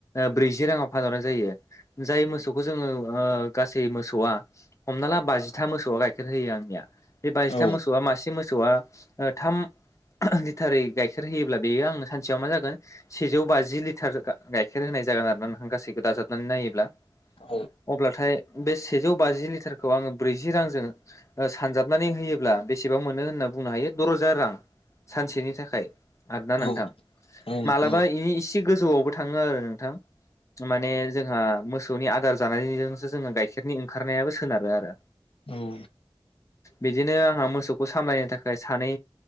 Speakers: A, on the left; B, on the left.
A: ब्रैजि राङाव फानहरनाय जायो। जाय मोसौखौ जोङो ओ गासै मोसौआ हमना ला बाजिथा मोसौआ गाइखेर होयो आंनिया बे बाजिथाम
B: नोंथां औ नोंथां औ
A: मोसौआ मासे मोसौआ थाम लिटारै गाइखेरै होयोब्ला बेयो आं सानसेयाव मा जागोन सेजौ बाजि लिटार गाइखेर होनाय जागोन आरो ना नोंथां गासैखौ दाजाबनानै नायोब्ला
B: औ
A: अब्लाथाय बे सेजौ बाजि लिटारखौ आङो ब्रैजि रांजों सानजाबनानै होयोब्ला बेसेबां मोनो होनना बुंनो हायो द रोजा रां सानसेनि थाखाय। आरोना
B: औ
A: नोंथां
B: नोंथां औ नोंथां
A: मालाबा
B: औ
A: इनि इसे गोजौआवबो थाङो आरो नोंथां। माने जोंहा मोसौनि आदार जानायजोंसो जोङो गाइखेरनि ओंखारनायाबो सोनारो आरो
B: औ
A: बिदिनो आंहा मोसौखौ सामलायनो थाखाय सानै